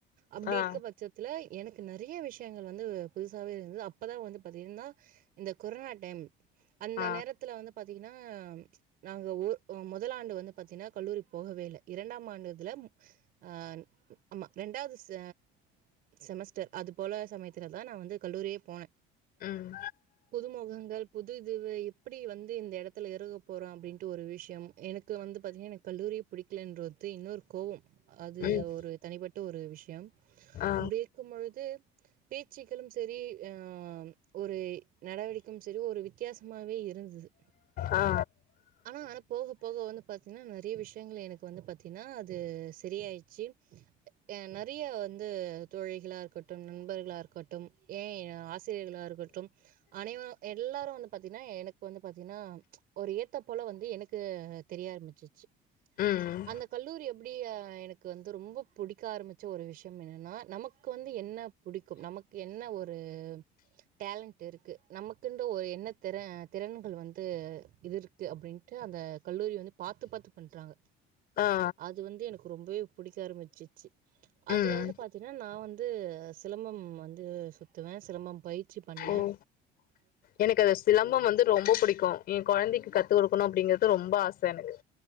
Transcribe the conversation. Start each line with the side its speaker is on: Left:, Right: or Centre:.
Right: அப்டி
Left: ஆ
Right: இருக்க பட்சத்துல எனக்கு நெறைய விஷயங்கள் வந்து புதுசாகவே இருந்தது அப்பதா வந்து பாத்தீங்கன்னா இந்த கொரோனா டைம் அந்த
Left: ஆ
Right: நேரத்துல வந்து பாத் தீங்கன்னா நாங்க ஒர் முதலாண்டு வந்து பாத்தீங்கன்னா கல்லூரி போகவே இல்ல இரண்டாம் ஆண்டு இதுல அ ஆமா ரெண்டாவது செ செமஸ்டர் அது போல சமயத்துல தா நா வந்து கல்லூரியே போனே
Left: உம்
Right: புது முகங்கள் புது இதுவு எப்டி வந்து இந்த எடத்துல இருக போறோ அப்படின்ட்டு ஒரு விஷயம் எனக்கு வந்து பாத்தீங்கன்னா எனக்கு கல்லூரி புடிக்கிலேன்ரு த்து இன்னொரு கோவம் அது
Left: ம்
Right: ஒரு தனிப்பட்ட ஒரு விஷயம்
Left: ஆ
Right: அப்படி இருக்கும் பொழுது பேச்சுக்களும் சரி ஆஹ் ஒரு நடவடிக்கையம் செரி ஒரு வித்தியாசமாவே இருந்தது
Left: ஆ
Right: ஆனா ஆனா போக போக வந்து பாத்தீங்கன்னா நிறைய விஷயங்கள் எனக்கு வந்து பாத்தீன்னா அது சரி ஆயிச்சி அ நெறைய வந் து தோழிகலா இருக்கட்டும் நண்பர்களாக இருக்கட்டும் ஏ ஆசிரியர்களாக இருக்கட்டும் அனைவரு எல்லா வந்து பாத்தீன்னா எனக்கு வந்து பாத்தீஙகன்னா ஒரு ஏத்த போல வந்து எனக்கு தெரிய ஆரம்பிச்சு
Left: ம்
Right: அந்த கல்லூரி எப்படி எனக்கு வந்து ரொம்ப புடிக்க ஆரம் பிச்ச ஒரு விஷயம் என்னன்னா நமக்கு வந்து என்ன புடிக்கும் நமக் என்ன ஒரு டலண்ட் இருக்கு நமக்குன்ற ஒரு என்ன திற திறன்கள் வந்து இது இருக்கு அப்படின்ட்டு அந்த கல்லூரி வந்து பாத்து பாத்து பண்றாங்க
Left: ஆ
Right: அது வந்து எனக் ரொம்பவே புடிக்க ஆரம்பிச்சிச்சு அதில
Left: ம்
Right: வந்து பாத்தீன்னா நா வந்து சிலம்பம் வந்து சுத்துவ சிலம்பம் பயிற்சி பண்ண
Left: ம் எனக்கு அது சிலம்பம் வந்து ரொம்ப புடிக்கு என் கொழந்தைக்கு கத்து கொடுக்கணு அப்டிங்கறது ரொம்ப ஆச எனக்கு